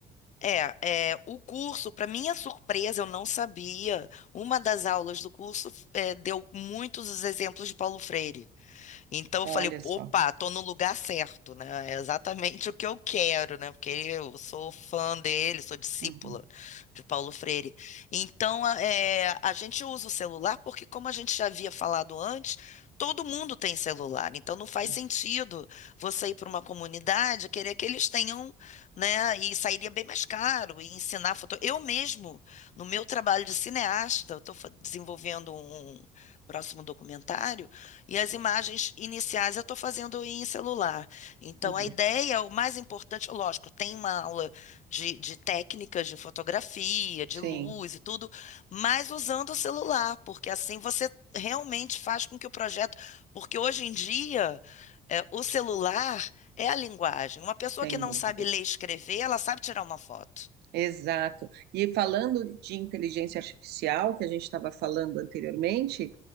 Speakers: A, on the left; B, on the right.
A: É, é, o curso, para minha surpresa, eu não sabia. Uma das aulas do curso é, deu muitos os exemplos de Paulo Freire. Então
B: Olha
A: eu falei,
B: só.
A: opa, tô no lugar certo, né? É exatamente <laughs> o que eu quero, né? Porque eu sou fã dele, sou discípula
B: Uhum,
A: de Paulo Freire. Então a é, a gente usa o celular porque, como a gente já havia falado antes, todo mundo tem celular. Então não faz
B: uhum.
A: sentido você ir para uma comunidade e querer que eles tenham, né? E sairia bem mais caro e ensinar foto. Eu mesmo, no meu trabalho de cineasta, eu estou desenvolvendo um um próximo documentário. E as imagens iniciais eu estou fazendo em celular. Então,
B: uhum.
A: a ideia, o mais importante, lógico, tem uma aula de, de técnicas de fotografia,
B: Sim,
A: de luz e tudo, mas usando o celular, porque assim você realmente faz com que o projeto. Porque hoje em dia, é, o celular é a linguagem. Uma pessoa
B: sem
A: que não
B: dúvida.
A: sabe ler e escrever, ela sabe tirar uma foto.
B: Exato. E falando de inteligência artificial, que a gente estava falando anteriormente,